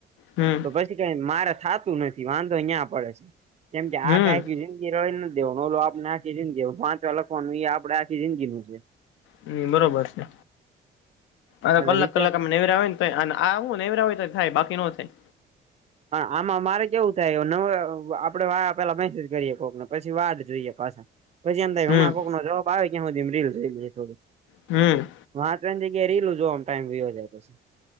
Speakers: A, on the left (about 80°); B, on the right (about 35°).
A: હમ
B: તો પછી ક મા થાતું નથી વાંધો અહીંયા પડે છે કેમ કે
A: હમ
B: આ કાય આખી જિં ઈ રળી નથી દેવા ઓલો આપણે આખી જિંદગી પાંચવા લખવાનું એ આપડે આખી જિંદગીનું છે.
A: હમ બરોબર છે અ
B: એટલે
A: કલાક
B: વિચાર
A: કલાક અમ નેવેરા આવે ને. આ હું નવરા હોય તો થાય બાકી નો થાય.
B: પણ આમાં મારે કેવું થાય આપડે વા પેલા મેસેજ કરીએ કોકને પછી વાત જોઈએ પાછા. પછી એમ થાય
A: હમ
B: ઘણા કોક નો જવાબ આવેયા સુધી રીલ જો થોડી.
A: હમ
B: વાતો ની જગ્યા રીલું જોઅઆ માં ટાઈમ વીયો જાય પછી